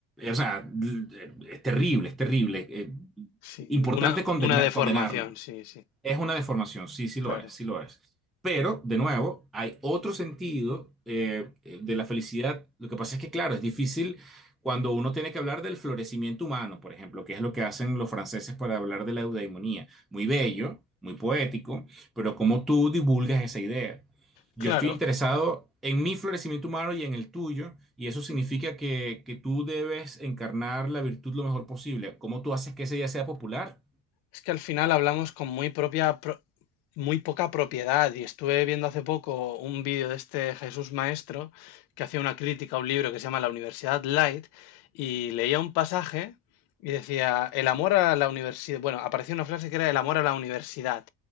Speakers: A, in the centre; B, on the left.
A: o sea, es terrible, es terrible. Eh,
B: Sí,
A: importante
B: una,
A: condena-
B: una deformación,
A: condenarlo.
B: sí, sí,
A: Es una deformación, sí, sí
B: claro.
A: lo es, sí lo es. Pero, de nuevo, hay otro sentido eh, eh, de la felicidad. Lo que pasa es que, claro, es difícil cuando uno tiene que hablar del florecimiento humano, por ejemplo, que es lo que hacen los franceses para hablar de la eudaimonía. Muy bello, muy poético, pero ¿cómo tú divulgas esa idea? Yo
B: Claro,
A: estoy interesado en mi florecimiento humano y en el tuyo, y eso significa que, que tú debes encarnar la virtud lo mejor posible. ¿Cómo tú haces que esa idea sea popular?
B: es que al final hablamos con muy propia, pro- muy poca propiedad y estuve viendo hace poco un vídeo de este Jesús Maestro que hacía una crítica a un libro que se llama La Universidad Light y leía un pasaje y decía, el amor a la universidad, bueno, aparecía una frase que era el amor a la universidad